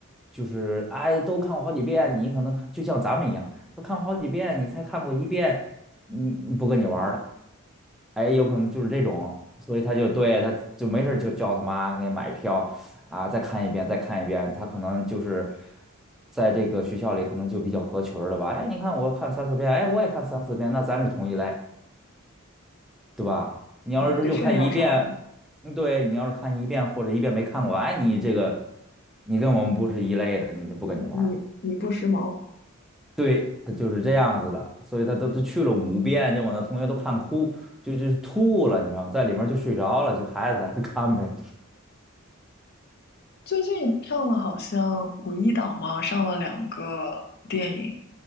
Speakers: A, in the centre; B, on the left.
A: 就是哎都看过好几遍，你可能看就像咱们一样，都看过好几遍，你才看过一遍，嗯不跟你玩儿了。哎，有可能就是这种，所以他就对他就没事儿就叫他妈给买票啊，再看一遍，再看一遍。他可能就是在这个学校里可能就比较合群儿了吧？哎，你看我看三四遍，哎，我也看三四遍，那咱是同一类，对吧？你要是就看一遍，
B: 嗯，就炫耀上了。
A: 嗯对，你要是看一遍或者一遍没看过，哎，你这个你跟我们不是一类的，你就不跟你玩儿了。
B: 你你不时髦，
A: 对，他就是这样子的，所以他都都去了五遍，就把那同学都看哭，就就吐了，你知道，在里面就睡着了，就孩子在那看呗。
B: 最近上了好像五一档嘛，上了两个电影，